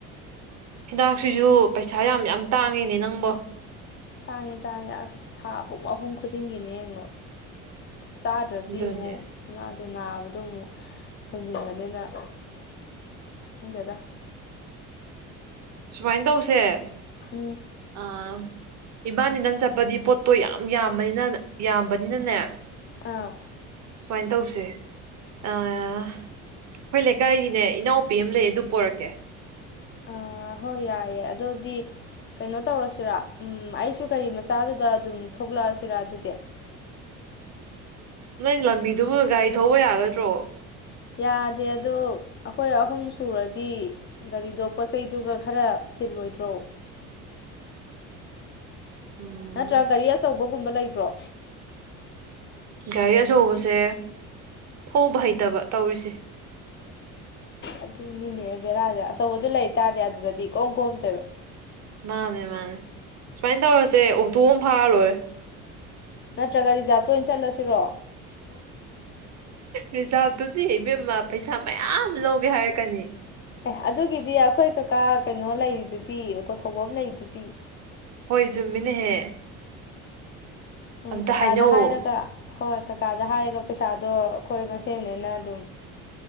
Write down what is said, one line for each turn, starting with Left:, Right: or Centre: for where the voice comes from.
Right: ꯍꯤꯗꯥꯛꯁꯤꯁꯨ ꯄꯩꯁꯥ ꯌꯥꯝ ꯌꯥꯝ ꯇꯥꯡꯉꯤꯅꯦ ꯅꯪꯕꯣ
Left: ꯇꯥꯡꯉꯦ ꯇꯥꯡꯉꯦ ꯑꯁ ꯊꯥ ꯑꯍꯨꯝ ꯑꯍꯨꯝ ꯈꯨꯗꯤꯡꯒꯤꯅꯦ ꯌꯦꯡꯉꯣ ꯆꯥꯗ꯭ꯔꯗꯤ
Right: ꯑꯗꯨꯅꯦ
Left: ꯃꯨꯛ ꯏꯃꯥꯗꯨ ꯅꯥꯕꯗꯣ ꯑꯃꯨꯛ ꯍꯦꯟꯖꯤꯟꯒꯅꯦꯅ ꯑꯁ ꯈꯪꯗꯦꯗ
Right: ꯁꯨꯃꯥꯏꯅ ꯇꯧꯁꯦ
Left: ꯎꯝ
Right: ꯑ ꯏꯕꯥꯅꯤꯗꯪ ꯆꯠꯄꯗꯤ ꯄꯣꯠꯇꯣ ꯌꯥꯝ ꯌꯥꯝꯕꯅꯤꯅ ꯌꯥꯝꯕꯅꯤꯅꯅꯦ
Left: ꯑꯥ
Right: ꯁꯨꯃꯥꯏꯅ ꯇꯧꯁꯦ ꯑꯥ ꯑꯩꯈꯣꯏ ꯂꯩꯀꯥꯏꯒꯤꯅꯦ ꯏꯅꯥꯎꯄꯤ ꯑꯃ ꯂꯩ ꯑꯗꯨ ꯄꯣꯔꯛꯀꯦ
Left: ꯑ ꯍꯣꯏ ꯌꯥꯏꯌꯦ ꯑꯗꯨꯗꯤ ꯀꯩꯅꯣ ꯇꯧꯔꯁꯤꯔ ꯑꯩꯁꯨ ꯒꯥꯔꯤ ꯃꯆꯥꯗꯨꯗ ꯑꯗꯨꯝ ꯊꯣꯛꯂꯛꯑꯁꯤꯔ ꯑꯗꯨꯗꯤ
Right: ꯅꯣꯏ ꯂꯝꯕꯤꯗꯨꯕꯨ ꯒꯥꯔꯤ ꯊꯧꯕ ꯌꯥꯒꯗ꯭ꯔꯣ
Left: ꯌꯥꯗꯦ ꯑꯗꯣ ꯑꯩꯈꯣꯏ ꯑꯍꯨꯝ ꯁꯨꯔꯗꯤ ꯒꯥꯔꯤꯗꯣ ꯄꯣꯠꯆꯩꯗꯨꯒ ꯈꯔ ꯆꯤꯜꯂꯣꯏꯗ꯭ꯔꯣ
Right: ꯎꯝ
Left: ꯅꯠꯇ꯭ꯔ ꯒꯥꯔꯤ ꯑꯆꯧꯕꯒꯨꯝꯕ ꯂꯩꯕ꯭ꯔꯣ
Right: ꯒꯥꯔꯤ ꯑꯆꯧꯕꯁꯦ ꯊꯧꯕ ꯍꯩꯇꯕ ꯇꯧꯔꯤꯁꯦ
Left: ꯑꯗꯨꯅꯤꯅꯦ ꯕꯦꯔꯥꯥꯁꯦ ꯑꯆꯧꯕꯗꯨ ꯂꯩꯇꯥꯥꯔꯗꯤ ꯑꯗꯨꯗꯗꯤ ꯏꯀꯣꯝ ꯀꯣꯝꯗꯣꯏꯕ
Right: ꯃꯥꯅꯦ ꯃꯥꯅꯦ ꯁꯨꯃꯥꯏꯅ ꯇꯧꯔꯁꯦ ꯑꯣꯛꯇꯣ ꯑꯃ ꯐꯥꯔ ꯂꯣꯏꯔꯦ
Left: ꯅꯠꯇ꯭ꯔꯒ ꯔꯤꯖꯥꯕꯇ ꯑꯣꯏꯅ ꯆꯠꯂꯁꯤꯔꯣ
Right: ꯔꯤꯖꯥꯚꯇꯨꯗꯤ ꯏꯕꯦꯝꯃ ꯄꯩꯁꯥ ꯃꯌꯥꯝ ꯂꯧꯒꯦ ꯍꯥꯏꯔꯛꯀꯅꯤ
Left: ꯑꯦ ꯑꯗꯨꯒꯤꯗꯤ ꯑꯩꯈꯣꯏ ꯀꯀꯥ ꯀꯩꯅꯣ ꯂꯩꯔꯤꯗꯨꯗꯤ ꯑꯣꯇꯣ ꯊꯧꯕ ꯑꯃ ꯂꯩꯔꯤꯗꯨꯗꯤ
Right: ꯍꯣꯏ ꯆꯨꯝꯃꯤꯅꯦꯍꯦ
Left: ꯎꯝ
Right: ꯑꯝꯇ
Left: ꯀꯀꯥꯗ
Right: ꯍꯥꯏꯅꯧꯋꯣ
Left: ꯍꯥꯏꯔꯒ ꯍꯣꯏ ꯀꯀꯥꯗ ꯍꯥꯏꯔꯒ ꯄꯩꯁꯥꯗꯣ ꯑꯩꯈꯣꯏ ꯃꯁꯦꯅꯦꯅꯥ ꯑꯗꯨꯝ